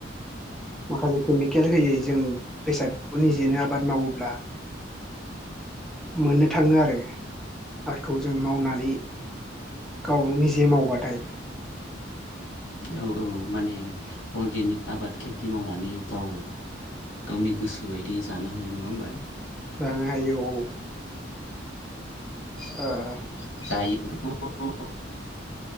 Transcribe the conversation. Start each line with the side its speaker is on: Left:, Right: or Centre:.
Centre: माखासे केमिकेल होयै जों बेसाद निजेनो आबाद मावोब्ला मोननो थाङो आरो आरटखौ जों मावनानै गाव निजे मावबाथाय
Left: औ औ माने अर्गेनिक आबाद खेथि मावनानै गाव गावनि गोसो बायदियै जानो हायो नङा होमबा
Centre: जानो हायो औ। ओ।
Left: <unintelligible>